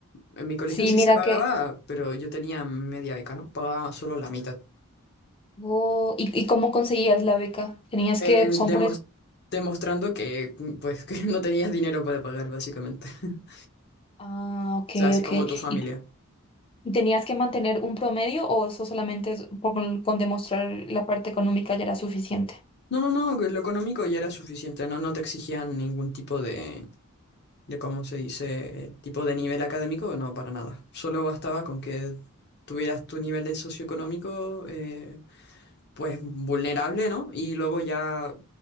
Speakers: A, on the left; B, on the left.
A: En mi colegio
B: Sí,
A: sí
B: mira
A: se pagaba,
B: que...
A: pero yo tenía media beca, ¿no? Pagaba solo la mitad.
B: Oh, ¿y, y cómo conseguías la beca? ¿Tenías
A: Eh,
B: que... son
A: demos-
B: por... es-
A: demostrando que, mm, pues, <laughs> que no tenías dinero para pagar, básicamente. <laughs>
B: Ah, ok,
A: O sea, así
B: ok.
A: como tu familia.
B: ¿Y, y tenías que mantener un promedio o eso solamente es por- con, con demostrar la parte económica ya era suficiente?
A: No, no, no, que lo económico ya era suficiente, ¿no? No te exigían ningún tipo de, de, ¿cómo se dice? eh, Tipo de nivel académico, no, para nada. Solo bastaba con que tuvieras tu nivel de socioeconómico, eh, pues vulnerable, ¿no? Y luego ya,